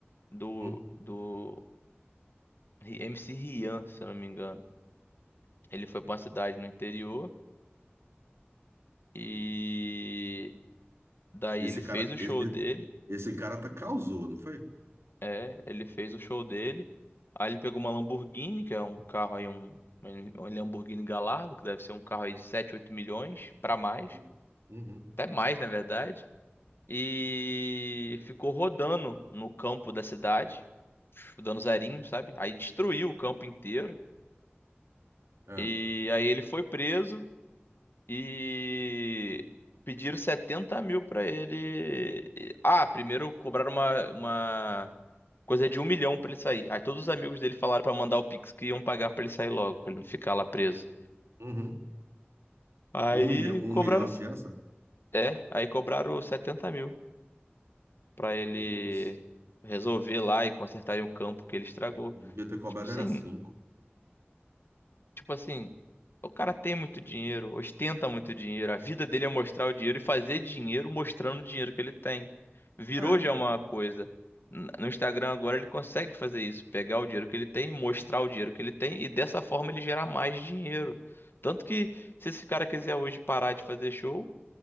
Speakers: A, on the left; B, on the right.
A: do,
B: Hum.
A: do Ri- MC Rian, se eu não me engano. Ele foi pra uma cidade no interior e daí
B: Esse
A: ele fez
B: cara,
A: o show
B: esse,
A: dele.
B: esse cara tá, causou, não foi?
A: É, ele fez o show dele. Aí ele pegou uma Lamborghini, que é um carro aí, um, um Lamborghini Gallardo, que deve ser um carro aí de 7, 8 milhões pra mais,
B: Hum. Uhum.
A: até mais, na verdade. E ficou rodando no campo da cidade, dando zerinho, sabe? Aí destruiu o campo inteiro.
B: É.
A: E aí ele foi preso E pediram 70 mil pra ele. E- Ah, primeiro cobraram uma, uma coisa de um milhão pra ele sair. Aí todos os amigos dele falaram pra mandar o Pix que iam pagar pra ele sair logo, pra ele não ficar lá preso.
B: Uhum.
A: Aí
B: Um milhão, um
A: cobraram.
B: milhão a fiança?
A: É, aí cobraram 70 mil pra ele
B: Putz,
A: resolver lá e consertarem o campo que ele estragou.
B: devia ter cobrado
A: Tipo assim.
B: era cinco.
A: Tipo assim, o cara tem muito dinheiro, ostenta muito dinheiro. A vida dele é mostrar o dinheiro e fazer dinheiro mostrando o dinheiro que ele tem. Virou
B: É.
A: já uma coisa. N- No Instagram agora ele consegue fazer isso, pegar o dinheiro que ele tem, mostrar o dinheiro que ele tem e dessa forma ele gerar mais dinheiro. Tanto
B: É.
A: que se esse cara quiser hoje parar de fazer show,